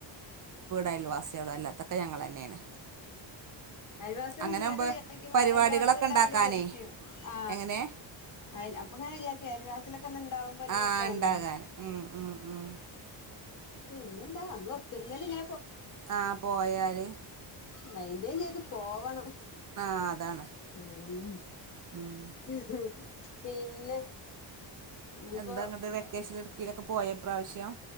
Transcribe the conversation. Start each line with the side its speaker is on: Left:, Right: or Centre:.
Right: അയൽവാസികൾ അല്ലാത്തൊക്കെ ഞങ്ങൾ തന്നെയാണ്
Left: അയൽവാസി <inaudible>
Right: അങ്ങനെ
Left: ഇങ്ങനൊക്കെ
Right: ആകുമ്പോ
Left: വിചാരിക്കുമ്പോ
Right: പരിപാടികളൊക്കെ
Left: അയൽവാസികൾ ഉണ്ടാവാൻ
Right: ഉണ്ടാക്കാനേ
Left: വേണ്ടി കൊതിക്കും ആ
Right: എങ്ങനെ
Left: അ അപ്പ അങ്ങനെ വിചാരിക്കും അയൽവാസി ഒന്ന് ണ്ടാവുമ്പോ രസാണല്ലൊ
Right: ആ ഉണ്ടാകാൻ ഉം ഉം ഉം
Left: പിന്നെന്താമ്മ തിരുമലിങ്ങ
Right: ആഹ് പോയാല്
Left: മെയിന്റെയിൻ ചെയ്ത് പോവണം
Right: ആ അതാണ്
Left: ആഹ്
Right: ഉം
Left: പിന്നെ ഇനിയിപ്പോ
Right: എന്താ ങ്ങട്ട് വെക്കേഷൻ എട്ക്കേലൊക്കെ പോയോ ഇപ്രാവശ്യം